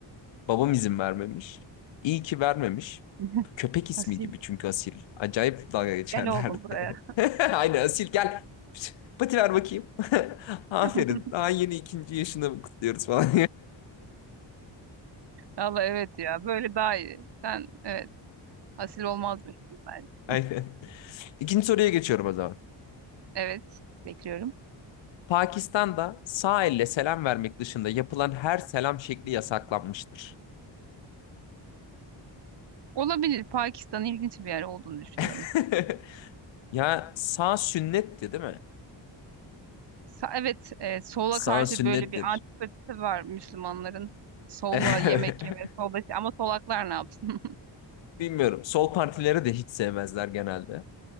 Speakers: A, on the left (about 75°); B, on the right (about 60°).
A: Babam izin vermemiş. İyi ki vermemiş.
B: <laughs>
A: Köpek ismi
B: Asil
A: gibi çünkü Asil. Acayip dalga geçerlerdi.
B: gel oğlum buraya.
A: <laughs> Aynen Asil gel. Pati ver bakayım. <laughs> Aferin.
B: <laughs>
A: Daha yeni ikinci yaşını kutluyoruz falan.
B: Valla evet ya böyle daha iyi. Sen evet asil olmazmışsın bence.
A: <laughs> Aynen. İkinci soruya geçiyorum o zaman.
B: Evet bekliyorum.
A: Pakistan'da sağ elle selam vermek dışında yapılan her selam şekli yasaklanmıştır.
B: Olabilir Pakistan ilginç bir yer olduğunu düşünüyorum.
A: <laughs> Ya sağ sünnetti değil mi?
B: Sa- evet e, sola
A: Sağ
B: karşı
A: sünnettir.
B: böyle bir antipatisi var Müslümanların. Solla
A: <laughs>
B: yemek yeme, solda ama solaklar ne yapsın? <laughs>
A: Bilmiyorum. Sol partileri de hiç sevmezler genelde.